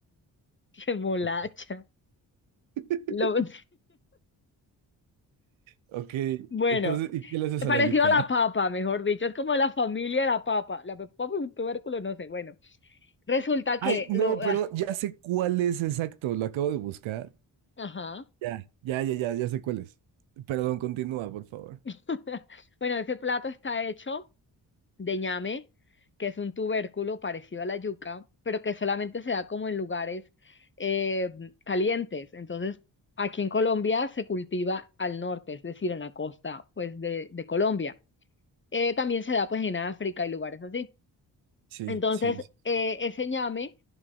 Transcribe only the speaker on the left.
Remolacha.
Lo- <laughs>
Bueno,
parecido
a la papa, mejor dicho. Es como la familia de la papa. La papa es un tubérculo, no sé. Bueno, resulta que
lo...
ah,
Ajá.
<laughs> Bueno, ese plato está hecho de ñame, que es un tubérculo parecido a la yuca, pero que solamente se da como en lugares eh, calientes. Entonces, aquí en Colombia se cultiva al norte, es decir, en la costa, pues, de, de Colombia. Eh, también se da, pues, en África y lugares así.
Entonces,
eh, ese ñame